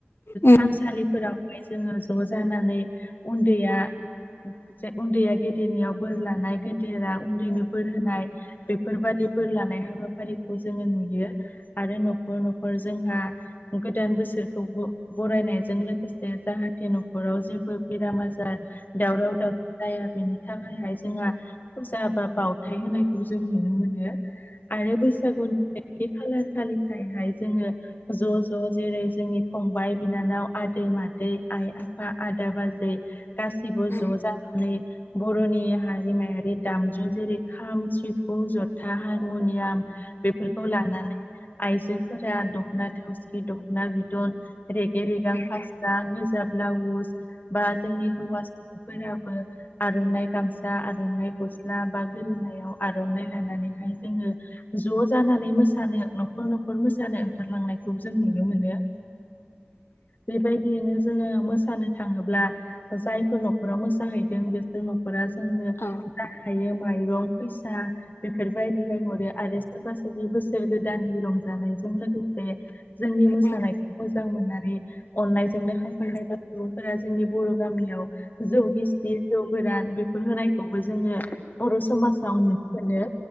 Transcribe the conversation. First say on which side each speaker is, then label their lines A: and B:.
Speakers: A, on the left; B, on the left.
A: औ उम
B: थानसालिफोरावहाय जोङो ज' जानानै उन्दैया ज उन्दैया गेदेरनियाव बोर लानाय, गेदेरा उन्दैनि बोर होनाय बेफोरबादि बोर लानाय हाबाफारिखौ जोङो नुयो। आरो न'खर न'खर जोंहा गोदान बोसोरखौ बरायनाय जों लोगोसे जाहाथे न'खराव जेबो बेराम-आजार, दावराव-दावसि जाया, बेनि थाखायहाय जोंहा फुजा बा बावथाय होनायखौ जों नुनो मोनो। आरो बैसागुनि खालार खालिफ्रायहाय जोङो ज' ज' जेरै जोंनि फंबाइ-बिनानाव, आदै-मादै, आइ-आफा आदा-बाजै गासैबो
A: उम
B: ज' जानानै बर'नि हारिमायारि दामजु। जेरै- खाम, सिफुं, जथा, हारमुनियाम, बेफोरखौ लानानै आइजोफोरा दख'ना थावसि दख'ना बिदन रेगे रेगां फास्रा
A: उम
B: गोजा ब्लाउस बा जोंनि हौवाफोराबो आर'नाइ गामसा आर'नाइ गस्ला बा गोरोनायाव आर'नाइ लानानैहाय जोङो ज' जानानै मोसानो न'खर न'खर मोसानो ओंखारलांनायखौ जों नुनो मोनो। बे बायदियैनो जोङो मोसानो थाङोब्ला जायफोर न'खरा मोसाहैदों बेसोर न'खरा जोंनो
A: औ
B: जा हायो माइरं, फैसा बेफोरबायदिहाय हरो आरो सोरबा सोरबा बोसोर गोदाननि रंजानायजों लोगोसे जोंनि मोसानायखौ
A: उम
B: मोजां मोननानै अननायजोंनो खायफा
A: उम
B: खायफा सुबुंफोरा जोंनि बर' गामियाव जौ गिसि, जौ गोरान, बेफोर होनायखौबो जोङो बर' समाजाव नुनो मोनो।